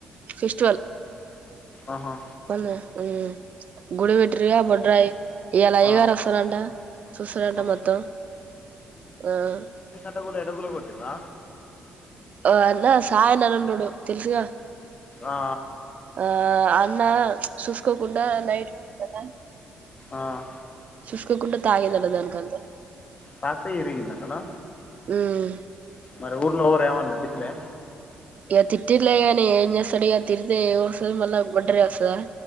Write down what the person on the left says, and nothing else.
ఆహా
ఆ
ఆ
ఎట్ట గురే ఎట్ట గుల కొట్టిర్రా
ఆ
ఆహ్
తక్తే ఇరిగిందంటనా.
మరి ఊర్లో ఎవరు ఎమనలే తిట్లే.